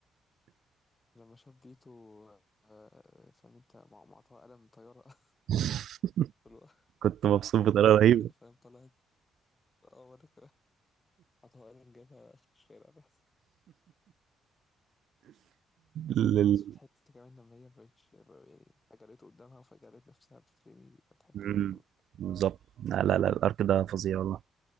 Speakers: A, on the left; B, on the right.
A: لما شاف بيتو آه فاهم انت مع معطاه قلم طيارة <laughs>
B: <laughs>
A: اللي هو
B: كنت مبسوط
A: لما
B: بطريقة
A: كانت
B: رهيبة
A: فاهم طلعت اه وريك حطها قلم جابها آخر الشارع بس
B: لل...
A: وصف الحتة كمان لما هي مبقتش يعني فجرته قدامها وفجرت نفسها بترمي دي كانت حتة
B: مم.
A: جامدة
B: بالظبط لا لا لا الارك ده فظيع والله